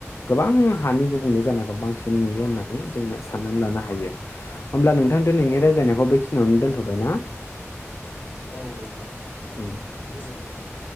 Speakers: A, on the left; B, on the left.
A: गोबां हानि गुबुंले जानायखौ बांसिन नुयो होननानै जोङो साननानै लानो हायो होमब्ला नोंथां दिनैनि
B: औ
A: रायज्लायनायखौ
B: औ
A: बेखिनियावनो दोनथ'बाय ना
B: औ दे दे
A: उम
B: गोजोननाय थाबाय